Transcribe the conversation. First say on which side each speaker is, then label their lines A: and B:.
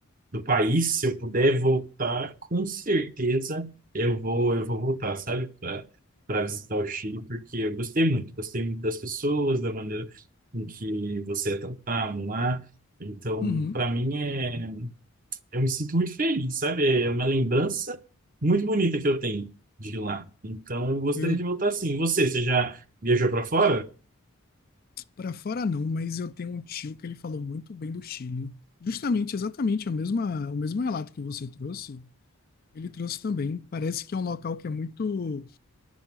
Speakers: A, on the right (about 40°); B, on the left (about 45°).
A: do país, se eu puder voltar, com certeza eu vou, eu vou voltar, sabe, para para visitar o Chile, porque eu gostei muito, gostei muito das pessoas, da maneira em que você é tratado lá. Então,
B: uhum.
A: para mim é, eu me sinto muito feliz, sabe? É uma lembrança muito bonita que eu tenho de lá. Então, eu gostaria
B: Eu
A: de voltar sim. E você, você já viajou para fora?
B: para fora não, mas eu tenho um tio que ele falou muito bem do Chile. Justamente, exatamente é o mesmo, o mesmo relato que você trouxe. Ele trouxe também. Parece que é um local que é muito.